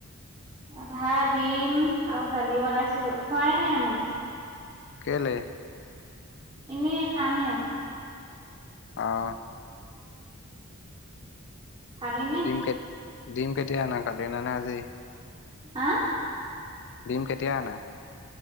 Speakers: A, on the right (about 25°); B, on the left (about 55°).
A: ভাত দিম আৰু দালি বনাইছিলো, খোৱাই নাই মই।
B: কেলে?
A: এনেই খামহে আৰু।
B: অহ।
A: খালি নে
B: ডিম কে ডিম কেতিয়া অনা কালি নে আজি?
A: হা?
B: দিম কেতিয়া আনা?